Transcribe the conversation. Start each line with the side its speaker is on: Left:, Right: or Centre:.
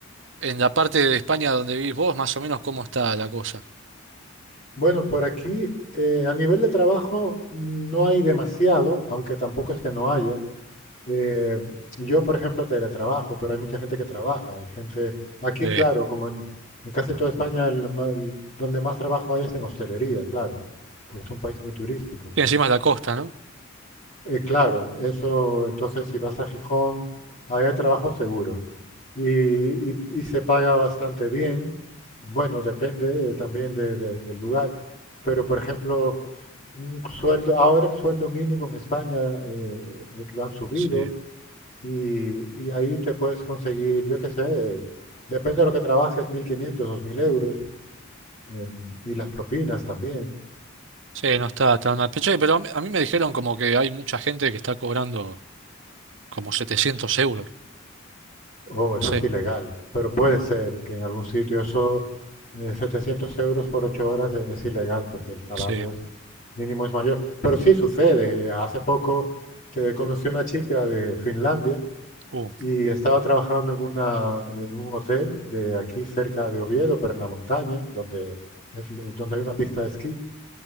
Right: en la parte de España donde vivís vos, más o menos, ¿cómo está la cosa?
Left: Bueno, por aquí, eh, a nivel de trabajo, no hay demasiado, aunque tampoco es que no haya. Eh, yo, por ejemplo, teletrabajo, pero hay mucha gente que trabaja. Hay gente, aquí,
Right: Eh,
Left: claro, como en, en casi toda España, el ma- el- donde más trabajo hay es en hostelería, claro, porque es un país muy turístico.
Right: y encima es la costa, ¿no?
Left: Eh, claro, eso, entonces si vas a Gijón, ahí hay trabajo seguro. Y, y- y se paga bastante bien. Bueno, depende eh, también de- de- del lugar. Pero, por ejemplo, un sueldo, ahora el sueldo mínimo en España eh, eh, lo han subido
Right: Sí.
Left: y, y ahí te puedes conseguir, yo qué sé, depende de lo que trabajes, 1.500, 2.000 euros em, y las propinas también.
Right: Sí, no está tan mal. Pero che, pero a mí, a mí me dijeron como que hay mucha gente que está cobrando. como 700 euros.
Left: Oh, eso
Right: Sí,
Left: es ilegal, pero puede ser que en algún sitio eso, eh, 700 euros por 8 horas e- es, ilegal porque el salario
Right: sí,
Left: es mínimo es mayor. Pero sí sucede. Hace poco te conocí una chica de Finlandia
Right: uh,
Left: y estaba trabajando en una, en un hotel de aquí cerca de Oviedo, pero en la montaña, donde, es, donde hay una pista de esquí